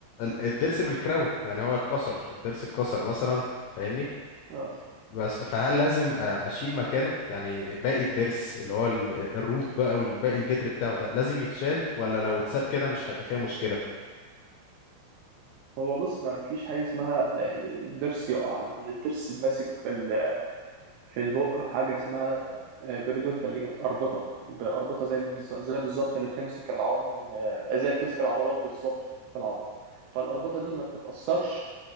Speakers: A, on the left (about 85°); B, on the right (about 80°).
A: الضرس بالكراون يعني هو اتكسر الضرس اتكسر مثلا فاهمني
B: اه
A: بس فهل لازم أ- اشيل مكانه يعني باقي الضرس اللي هو ال- الروت بقى والباقي الجدر بتاعه ده لازم يتشال ولا لو اتساب كده مش هيبقى فيها مشكلة
B: هو بص ما فيش حاجة اسمها آه، الضرس يقع لأن الضرس ماسك في ال في البق بحاجة اسمها آه، بيريدونتال ليجمنت أربطة بأربطة زي البز- زي بالظبط اللي بتمسك العظم آه، زي اللي بتمسك العضلات بالظبط في العظم فالأربطة دي ما بتتأثرش